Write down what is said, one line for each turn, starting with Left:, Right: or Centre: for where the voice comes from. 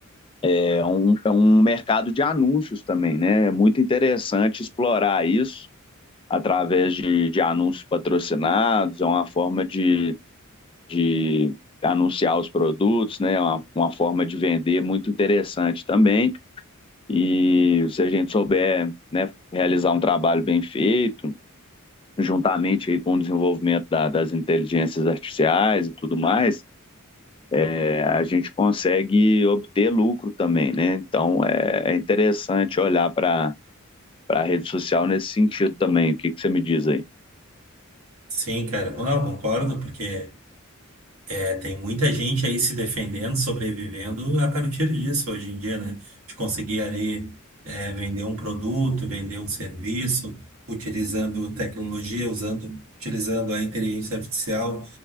Left: é um, é um mercado de anúncios também, né? É muito interessante explorar isso através de, de anúncios patrocinados, é uma forma de de anunciar os produtos, né? É Uma, uma forma de vender muito interessante também. E se a gente souber né, realizar um trabalho bem feito, juntamente aí com o desenvolvimento da, das inteligências artificiais e tudo mais, é, a gente consegue obter lucro também, né? Então é, é interessante olhar para a rede social nesse sentido também. O que, que você me diz aí?
Right: Sim, cara, não, eu concordo, porque É, tem muita gente aí se defendendo, sobrevivendo a partir disso hoje em dia, né? De conseguir ali é, vender um produto, vender um serviço, utilizando tecnologia, usando, utilizando a inteligência artificial